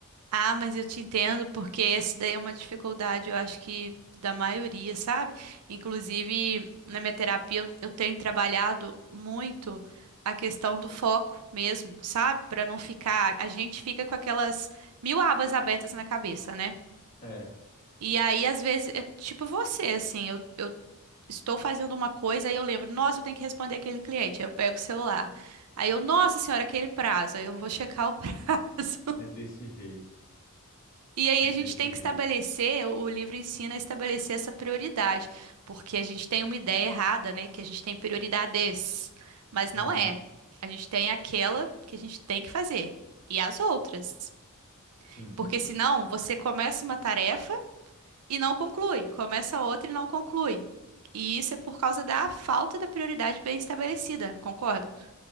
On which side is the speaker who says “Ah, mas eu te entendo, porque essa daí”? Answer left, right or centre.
Right